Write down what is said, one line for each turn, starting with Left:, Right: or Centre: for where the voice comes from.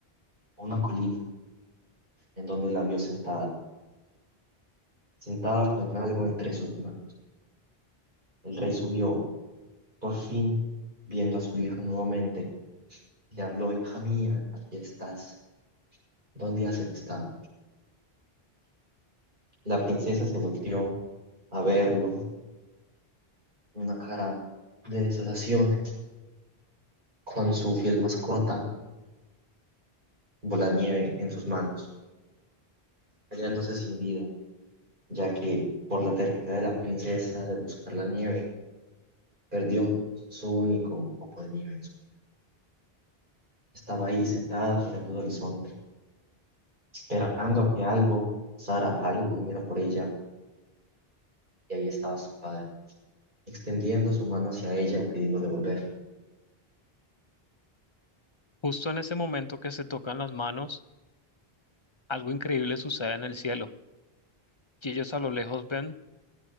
Right: a una colina en donde la vio sentada, sentada con algo entre sus manos. El rey subió Por fin, viendo a su hija nuevamente, le habló, hija mía, aquí estás. ¿Dónde has estado? La princesa se volteó a verlo, una cara de desolación, con su fiel mascota, Bolanieve, en sus manos, hallándose sin vida, ya que por la terquedad de la princesa de buscar la nieve, perdió su único copo de nieve en su vida. Estaba ahí sentada mirando el horizonte, esperando a que algo pasara, algo viniera por ella, y ahí estaba su padre extendiendo su mano hacia ella y pidiéndole volver.
Left: Justo en ese momento que se tocan las manos, algo increíble sucede en el cielo, y ellos a lo lejos ven